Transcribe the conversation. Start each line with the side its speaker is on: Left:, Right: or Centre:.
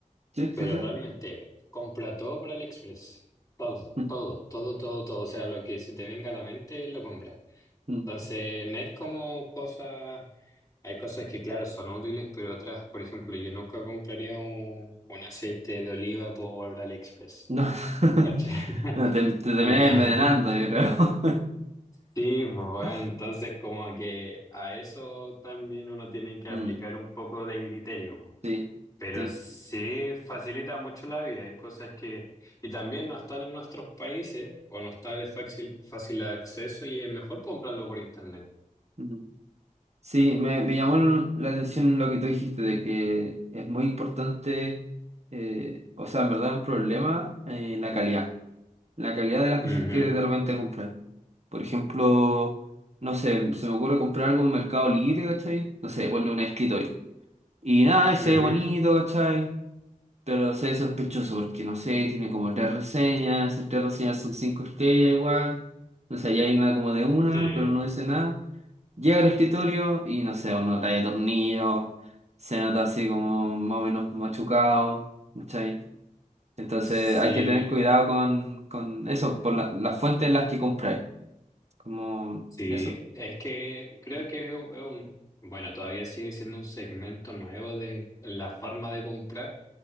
Right: Sí,
Left: Pero
Right: sí, sí.
Left: realmente compra todo por AliExpress. Todo,
Right: Mm.
Left: todo, todo, todo, todo. O sea, lo que se te venga a la mente lo compra.
Right: Mm,
Left: Entonces, no es como cosas. Hay cosas que, claro, son útiles, pero otras, por ejemplo, yo nunca compraría un, un aceite de oliva por AliExpress.
Right: No, <laughs>
Left: ¿Cachai?
Right: No, te, te terminás
Left: <laughs>
Right: envenenando, yo creo.
Left: Sí, bueno,
Right: <laughs>
Left: entonces como que a eso también uno tiene que
Right: Mm,
Left: aplicar un poco de criterio, po.
Right: Sí,
Left: pero
Right: sí.
Left: sí facilita mucho la vida. Hay cosas que, y también no están en nuestros países o no está de fácil, fácil acceso y es mejor comprarlo por internet.
Right: ujú. Sí, me, me llamó la atención lo que tú dijiste, de que es muy importante, eh, o sea, en verdad un problema eh, la calidad, la calidad de las
Left: Ujú,
Right: cosas que de repente comprar. Por ejemplo, no sé, se me ocurre comprar algo en Mercado Libre, ¿cachai? No sé, ponle un escritorio. Y nada, y se
Left: ujú.
Right: ve bonito, ¿cachai? Pero se ve sospechoso porque no sé, tiene como tres reseñas, esas tres reseñas son cinco estrellas igual, no sé, ya hay una como de una,
Left: Sí,
Right: pero no dice nada. Llega al escritorio y no sé, no trae tornillos, se nota así como más o menos machucado, ¿cachai? Entonces
Left: sí,
Right: hay que tener cuidado con, con eso, por la- las fuentes en las que compráis, como
Left: sí.
Right: eso.
Left: Es que creo que es un, es un- bueno, todavía sigue siendo un segmento nuevo de la forma de comprar.